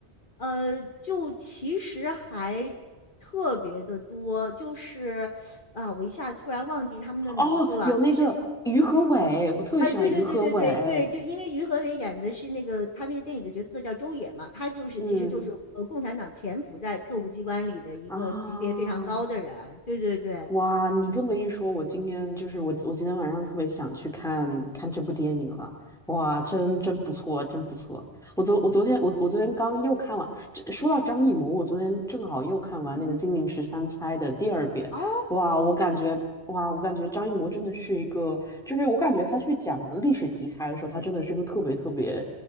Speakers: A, on the left (about 50°); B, in the centre.
A: 呃，就其实还特别的多，就是啊、我一下子突然忘记他们的名字了，
B: 哦，有那个于和伟，
A: 就是
B: 我特别喜欢于和伟。
A: 哎，对对对对对对，就因为于和伟演的是那个他那个电影的角色叫周也嘛，他就是其实就是呃共产党潜伏在特务机关里的一个级别非常高的人，
B: 嗯啊，
A: 对对对，
B: 哇，你这么一说，我今天就是我，我今天晚上特别想去看看这部电影了。哇，真真不错，真不错。我昨我昨天我我昨天刚又看完。这说到张艺谋，我昨天正好又看完那个《金陵十三钗》的第二遍。
A: 嗯哼。哦，
B: 哇，我感觉哇，我感觉张艺谋真的是一个，就是我感觉他去讲历史题材的时候，他真的是个特别特别